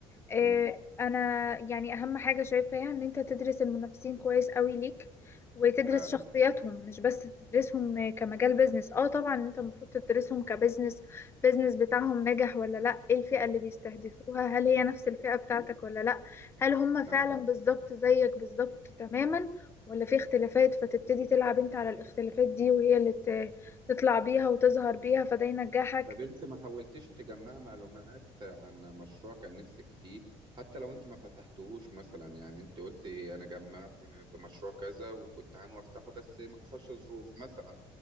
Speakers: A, on the left; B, on the right.
A: آه،
B: مم.
A: انا يعني اهم حاجه شايفاها ان انت تدرس المنافسين كويس قوي ليك وتدرس
B: فعلا
A: شخصياتهم مش بس تدرسهم كمجال بيزنس اه طبعا انت المفروض تدرسهم كبزنس بيزنس بتاعهم نجح ولا لا ايه الفئه اللي بيستهدفوها هل هي نفس الفئه بتاعتك ولا لا هل هم فعلا
B: فعلا
A: بالظبط زيك بالظبط تماما ولا في اختلافات فتبتدي تلعب انت على الاختلافات دي وهي اللي ت- تطلع بيها وتظهر بيها فده ينجحك
B: طب انت ما حاولتش تجمع معلومات عن مشروع كان نفسك فيه حتى لو انت ما فتحتهوش مثلا يعني انت قلت انا جمعت في مشروع كذا وكنت عنو افتحه بس ما حصلش ظروف مثلا